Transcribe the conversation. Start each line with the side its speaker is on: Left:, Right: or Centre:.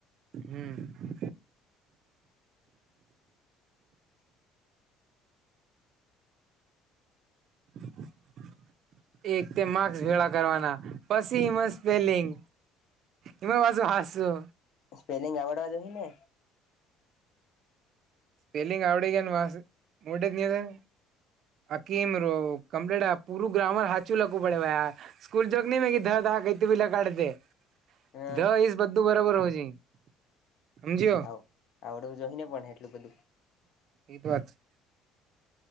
Right: હમમ. <inaudible> એક તે માર્સ ભેળા કરવાના, પછી એમાં સ્પેલિંગ એમાં પાછું હાસું.
Left: સ્પેલિંગ આવડવા જો હી ને?
Right: સ્પેલિંગ આવડે ગયા ને વા મોઢે ગીયુ. આકીમ રો કમપ્લેટ પૂરું ગ્રામર હાચુ લખવું પડે ભાઈ આ સ્કૂલ જોગ ની ધા કઈ ત બિલા કાઢજે.
Left: હા
Right: દ ઈસ બધું બરાબર હોવુ જોઈએ હમજ્યો.
Left: આવ આવડવું જોઈ ને પણ એટલું જલ્દી.
Right: એ તો વાત છે.